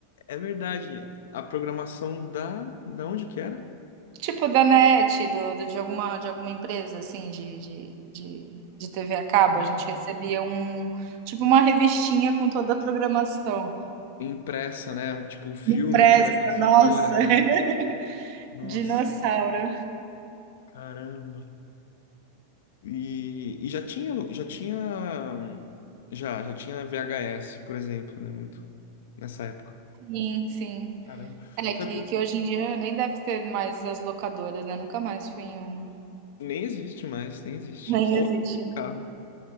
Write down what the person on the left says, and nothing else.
É verdade, a programação da... Da onde que era?
É,
Impressa, né? Tipo, um filme
que vai passar
a tal horário.
Nossa,
caramba. E, e já tinha, alu- já tinha, hum, já, já tinha VHS, por exemplo, né? Muito nessa época.
Caramba.
Sabe,
Nem existe mais, nem existe.
Só locadora
de carro.